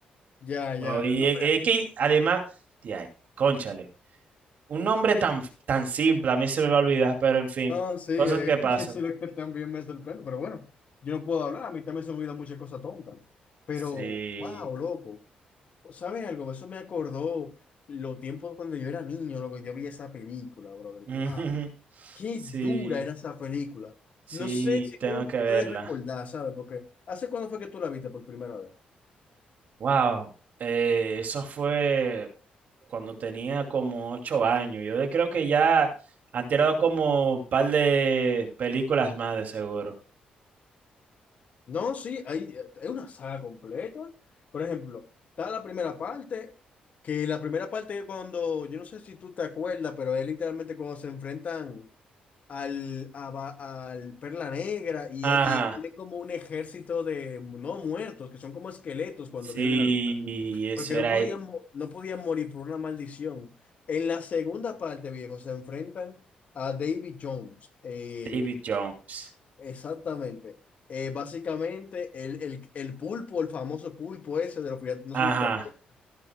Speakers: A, on the left; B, on the right.
A: Ya, ya,
B: Oh, Y
A: ya. No,
B: es, es que además, tía, cónchale. Un nombre tan, tan simple, a mí se me va a olvidar, pero en fin,
A: No, sí,
B: cosas
A: eh,
B: que pasan.
A: <laughs> eso es lo que también me sorprende, pero bueno, yo no puedo hablar, a mí también se me olvidan muchas cosas tontas, pero,
B: Sí.
A: wow, loco, ¿sabes algo? Eso me acordó los tiempos cuando yo era niño, lo que yo vi esa película, brother,
B: <laughs>
A: wow, qué
B: Sí,
A: dura era esa película.
B: sí,
A: No sé si
B: tengo
A: tú
B: que verla.
A: puedes recordar, ¿sabes? Porque, ¿hace cuándo fue que tú la viste por primera vez?
B: Wow, eh, eso fue cuando tenía como ocho años. Yo de- creo que ya han tirado como un par de películas más de seguro.
A: No, sí, hay, es una saga completa. Por ejemplo, está la primera parte, que la primera parte es cuando, yo no sé si tú te acuerdas, pero es literalmente cuando se enfrentan al, a Ba- al Perla Negra y,
B: Ajá,
A: y tienen como un ejército de no muertos, que son como esqueletos cuando
B: sí,
A: vienen de la luna,
B: eso
A: porque no
B: era
A: podían, mo- no podían morir por una maldición. En la segunda parte, viejo, se enfrentan a David Jones. Eh,
B: David Jones.
A: Exactamente. Eh, básicamente, el, el, el pulpo, el famoso pulpo ese de los piratas, no
B: Ajá,
A: sé si tú te acuerdas,